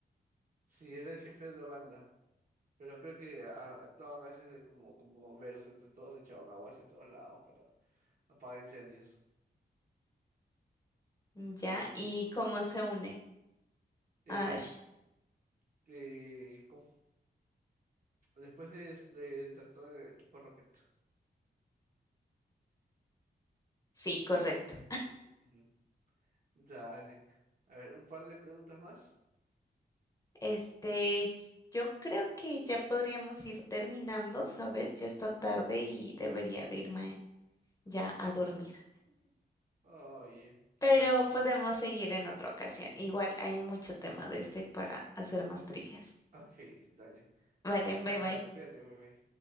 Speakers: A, on the right; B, on the left.
A: Sí, era el jefe de una banda. Pero creo que a- actuaban a veces de como, como bomberos, entre todos echaban agua hacia todos lados para... apagar incendios.
B: ya, ¿y cómo se une
A: Es-
B: a Ash?
A: eh, ¿cómo? Después de, de, de todo equipo Rocket.
B: Sí, correcto.
A: Ujú. Dale. A ver, un par de preguntas más.
B: Este, yo creo que ya podríamos ir terminando, ¿sabes? Ya está tarde y debería de irme ya a dormir.
A: Oye, qué
B: Pero
A: mal.
B: podemos seguir en otra ocasión. Igual hay mucho tema de este para hacer más trivias.
A: Ok, dale.
B: Vale,
A: Dale,
B: bye bye.
A: Sara, cuídate, bye bye.